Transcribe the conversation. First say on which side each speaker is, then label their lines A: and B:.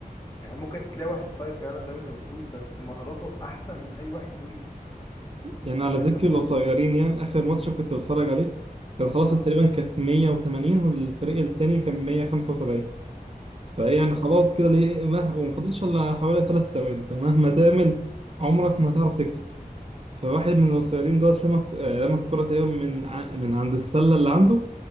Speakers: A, on the left; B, on the right.
A: يعني ممكن تلاقي واحد قصير فعلا زي ما أنت بتقول بس مهاراته أحسن من أي واحد طويل
B: يعني على
A: فأنت
B: ذكر
A: بتقول
B: القصيرين يعني اخر ماتش كنت بتفرج عليه كان خلاص
A: آه
B: تقريبا كانت 180 والفريق التاني كان 175 فايه
A: يا
B: يعني
A: نهار
B: خلاص
A: أبيض.
B: كده ليه مه... وما فاضلش الا حوالي ثلاث ثواني فمهما تعمل عمرك ما هتعرف تكسب فواحد من القصيرين دوت لما ك- آه، لما الكرة تقريبا من ع... من عند السلة اللي عنده